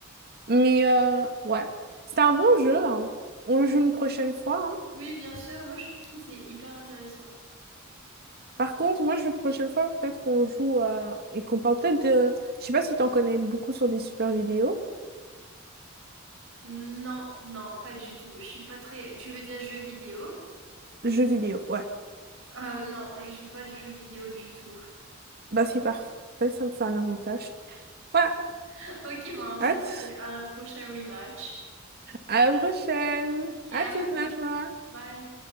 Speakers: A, on the right; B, on the right.
A: Mais euh, ouais, c'était un bon jeu. hein. On le joue une prochaine fois. hein.
B: Oui, bien sûr, moi je suis keen, c'est hyper intéressant.
A: Par contre, moi, je veux que la prochaine fois, peut-être on joue euh, et qu'on parle peut-être de... Je sais pas si t'en connais beaucoup sur des super vidéos.
B: Non, non, pas du tout. Je suis pas très. Tu veux dire jeu vidéo?
A: Jeux vidéo, ouais.
B: Euh, non, je suis pas du jeu vidéo du tout.
A: Bah, c'est parfait. Ça me fait un avantage. Ouais,
B: <laughs> Ok, ben on se
A: hâte.
B: dit à un prochain rematch.
A: À la prochaine.
B: Ok, à
A: À toute,
B: plus,
A: Najma.
B: bye.